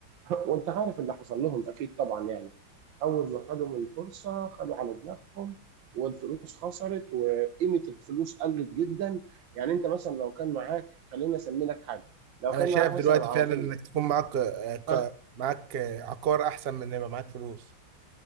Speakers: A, on the right (about 80°); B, on the right (about 50°).
A: وانت عارف اللي حصل لهم اكيد طبعا يعني اول ما خدوا من الفرصه خدوا على دماغهم والفلوس خسرت وقيمه الفلوس قلت جدا يعني انت مثلا لو كان معاك خلينا اسمي لك حاجه لو
B: انا
A: كان
B: شايف
A: معاك
B: دلوقتي
A: مثلا عربيه
B: فعلا انك تكون معاك آه، ك-
A: ها
B: معاك آه، عقار احسن من ان يبقى معاك فلوس